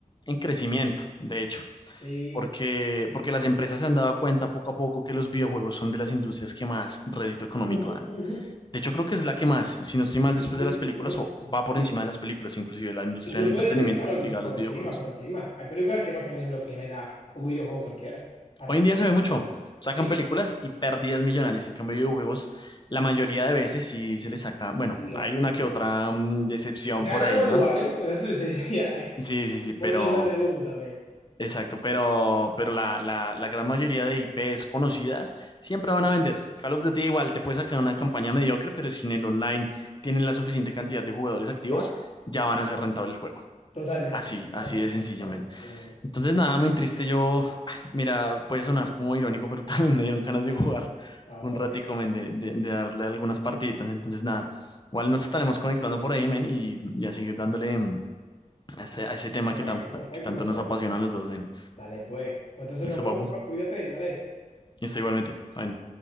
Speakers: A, on the left; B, on the left.
A: en crecimiento, de hecho,
B: Sí.
A: porque, porque las empresas se han dado cuenta poco a poco que los videojuegos son de las industrias que más rédito económico
B: Ujú,
A: dan.
B: ujú.
A: De hecho, creo que es la que más, si no estoy mal,
B: Sí,
A: después
B: sí,
A: de las
B: sí,
A: películas,
B: tiene que-
A: o va por
B: sí.
A: encima de las películas, inclusive la industria
B: Incluso
A: del entretenimiento
B: de, de, claro, en-
A: ligada
B: por
A: a los
B: encima,
A: videojuegos.
B: por encima. Hay películas que no generan lo que genera un videojuego cualquiera. Para
A: Hoy
B: nada.
A: en día se ve mucho. Sacan
B: Sí.
A: películas y pérdidas millonarias. En cambio, videojuegos, la mayoría de veces sí se les saca. Bueno,
B: Sí, ganan,
A: hay una
B: sí.
A: que
B: ganan.
A: otra mm, decepción
B: Ganan
A: por ahí,
B: o igualen,
A: ¿no?
B: eso sí, <laughs> sí, sí, hay.
A: Sí, sí, sí, pero.
B: Muchos venden humo también.
A: Exacto, pero, pero la, la, la gran mayoría de IPs conocidas siempre van a vender. Call of Duty igual te puede sacar una campaña mediocre, pero si en el online tienen la suficiente cantidad de jugadores activos,
B: ¿Ya?
A: ya van a ser rentable el juego.
B: Totalmente,
A: Así,
B: totalmente,
A: así de sencillo,
B: totalmente.
A: men.
B: totalmente.
A: Entonces, nada, muy triste. Yo, <sighs> mira, puede sonar como irónico, pero <laughs> también me dieron ganas de jugar
B: Ah,
A: un
B: cualquiera.
A: ratico, men, de, de, de darle algunas partiditas. Entonces, nada, igual nos estaremos conectando por ahí, men, y, y a seguir dándole mm, a ese, a ese tema
B: Perfecto,
A: que, tan-
B: perfecto,
A: que tanto
B: perfecto.
A: nos apasiona a los dos, men.
B: Dale, pues. Pues entonces
A: Listo,
B: nos vemos,
A: papu.
B: bro. Cuídate y dale.
A: Listo, igualmente. Bueno.